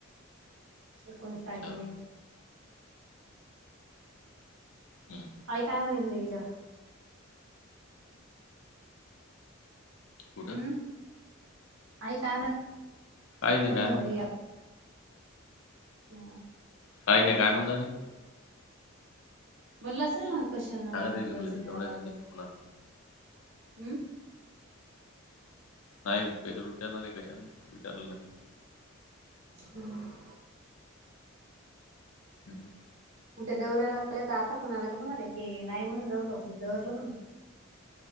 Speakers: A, on the right; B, on the left.
A: एकोणीस तारखिले.
B: अच्छा हम्म.
A: आई काय म्हने घरी गेल्यावर?
B: कुठं
A: हम्म, आई काय म्हण
B: काही नाही
A: म्हटलं
B: काय म्हण
A: घरी हा.
B: काही नाही काय म्हणणार हाय.
A: म्हणलं असेल ना कशान आला,
B: सांगत येईल मला
A: लगझरी
B: घबरायचं
A: आला, बस
B: नाही पुन्हा
A: हम्म.
B: नाही विचा विचारणार आहे कशाला विचारलं नाही.
A: हम्म.
B: हम्म.
A: ते दौऱ्यावाल्याच आता फोन आला का तुम्हाले की नाही म्हणलं दौव दौरलं म्हणुन.